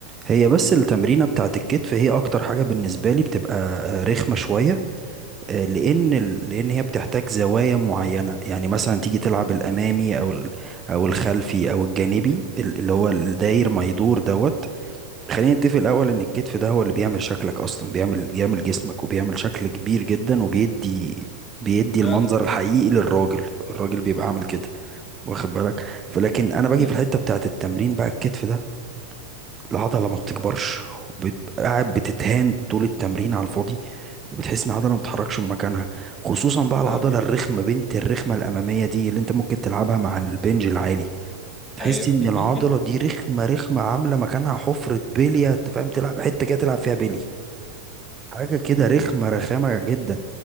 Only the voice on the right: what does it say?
هي بس التمرينة بتاعت الكتف هي أكتر حاجة بالنسبة لي بتبقى آه، رخمة شوية آه، لأن ال- لأن هي بتحتاج زوايا معينة يعني مثلا تيجي تلعب الأمامي أو ال- أو الخلفي أو الجانبي ال- اللي هو الداير ما يدور دوت خلينا نتفق الأول إن الكتف ده هو اللي بيعمل شكلك أصلا بيعمل بيعمل جسمك وبيعمل شكل كبير جدا وبيدي بيدي المنظر
الحقيقي للراجل الراجل بيبقى عامل كده واخد بالك فلكن انا باجي
في الحته بتاعت التمرين بقى الكتف ده العضلة ما بتكبرش بت- قاعد بتتهان طول التمرين على الفاضي وبتحس ان العضلة ما بتتحركش من مكانها خصوصا بقى العضلة
الرخمة بنت الرخمة الأمامية دي اللي انت ممكن تلعبها مع البنج العالي تحس
ان
العضلة دي رخمة رخمة عاملة مكانها حفرة بلية انت فاهم تلعب حتة كده تلعب فيها بلي حاجة كده رخمة رخامة جدا